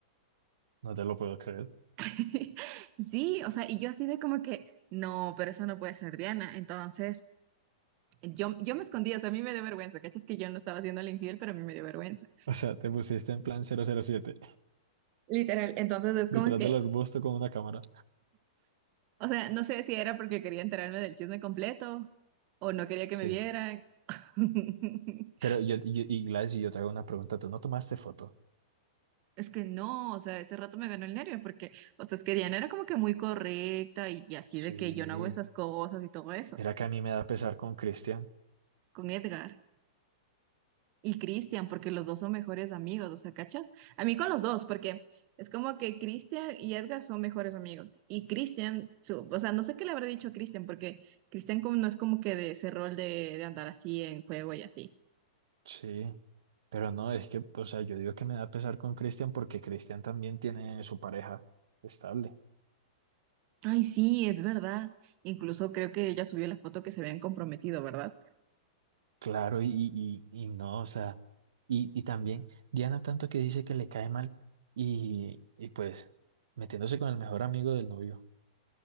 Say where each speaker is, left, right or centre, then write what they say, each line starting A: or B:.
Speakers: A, on the right (about 65°); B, on the right (about 40°).
A: No te lo puedo creer.
B: <laughs> Sí, o sea, y yo así de como que, no, pero eso no puede ser Diana. Entonces, yo, yo me escondía, o sea, a mí me dio vergüenza, ¿cachas? Que yo no estaba haciendo el infiel, pero a mí me dio vergüenza.
A: <laughs> O sea, te pusiste en plan cero cero siete
B: Literal, entonces es
A: detrás
B: como que,
A: del arbusto con una cámara.
B: o sea, no sé si era porque quería enterarme del chisme completo o no quería que
A: Sí.
B: me vieran. <laughs>
A: Pero yo, yo- y Gladys, yo te hago una pregunta. ¿Tú no tomaste foto?
B: Es que no, o sea, ese rato me ganó el nervio porque, o sea, es que Diana era como que muy correcta y, y así
A: Sí.
B: de que yo no hago esas cosas y todo eso
A: Mira que a mí me da pesar con Cristian.
B: con Edgar. y Cristian, porque los dos son mejores amigos, o sea, ¿cachas? A mí con los dos, porque es como que Cristian y Edgar son mejores amigos. Y Cristian, su- o sea, no sé qué le habrá dicho a Cristian, porque Cristian como- no es como que de ese rol de, de andar así en juego y así.
A: Sí. Pero no, es que, o sea, yo digo que me da pesar con Cristian porque Cristian también tiene su pareja estable.
B: Ay, sí, es verdad. Incluso creo que ella subió la foto que se habían comprometido, ¿verdad?
A: Claro, y, y, y y no, o sea, y, y también Diana tanto que dice que le cae mal y, y pues metiéndose con el mejor amigo del novio.